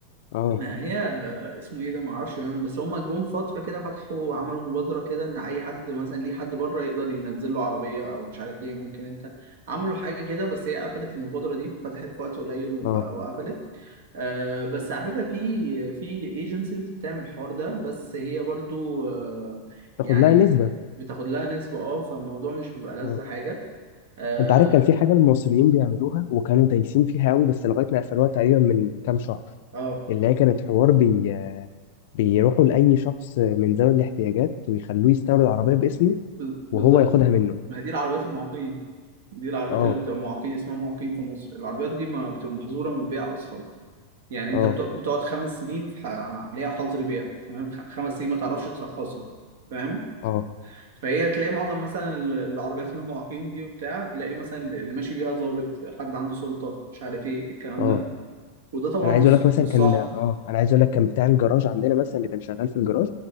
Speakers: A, on the left; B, on the right.
A: اه
B: ما هي آه، اسمه ايه ده ما اعرفش بيعملوا بس هم جم فتره كده فتحوا عملوا مبادره كده ان اي حد مثلا ليه حد بره يقدر ينزل له عربيه او مش عارف ايه ممكن انت عملوا حاجه كده بس هي قفلت المبادره دي فتحت في وقت قليل وف-
A: اه
B: وقفلت آه بس على فكره في في ايجنسيز بتعمل الحوار ده بس هي برضو آه
A: تاخد
B: يعني
A: لها نسبه
B: بتاخد لها نسبة اه فالموضوع مش بيبقى لذة
A: اه
B: حاجة اه
A: انت عارف كان في حاجه المصريين بيعملوها وكانوا دايسين فيها قوي بس لغايه ما قفلوها تقريبا من كام شهر
B: آه،
A: اللي هي كانت حوار بي بيروحوا لاي شخص من ذوي الاحتياجات ويخلوه يستورد عربيه باسمه
B: بال- بالظبط
A: وهو ياخدها منه
B: ما هي دي العربيات المعاقين دي العربيات
A: اه
B: اللي بتبقى معاقين اسمها معاقين في مصر العربيات دي ما بتبقى محظوره من البيع اصلا يعني انت
A: اه
B: بت- بتقعد خمس سنين في ح- عليها حظر بيع تمام خ- خمس سنين ما تعرفش ترخصها فاهم
A: اه
B: فهي تلاقي معظم مثلا ال- العربيات المعاقين دي وبتاع تلاقي مثلا اللي ماشي بيها ضابط حد عنده سلطه مش عارف ايه الكلام
A: اه
B: ده وده طبعا
A: انا
B: مش
A: عايز اقول لك مثلا
B: مش
A: كان
B: صح
A: اه انا عايز اقول لك كان بتاع الجراج عندنا مثلا اللي كان شغال في الجراج